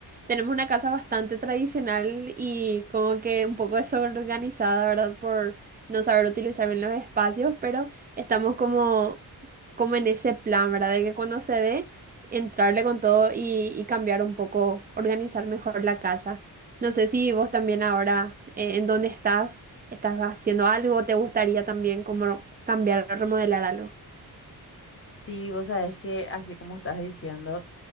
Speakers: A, on the right; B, on the left.
A: Tenemos una casa bastante tradicional y como que un poco desorganizada, ¿verdad? Por no saber utilizar bien los espacios, pero estamos como, como en ese plan, ¿verdad? De que cuando se dé, entrarle con todo y, y cambiar un poco, organizar mejor la casa. No sé si vos también ahora, eh, en dónde estás, estás haciendo algo, te gustaría también como cambiar o remodelar algo.
B: Sí, vos sabés que así como estás diciendo.